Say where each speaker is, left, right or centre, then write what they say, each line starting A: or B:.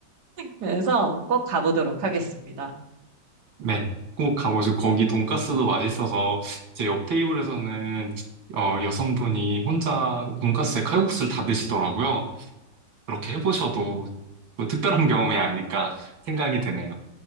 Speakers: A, on the right (about 60°); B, on the right (about 80°).
A: 그래서 꼭 가보도록 하겠습니다.
B: 네. 꼭 가보시고, 거기 돈가스도 맛있어서, 제 옆 테이블에서는 어, 여성분이 혼자 돈가스에 칼국수를 다 드시더라고요. 그렇게 해보셔도 뭐 특별한 경험이 아닐까 생각이 드네요.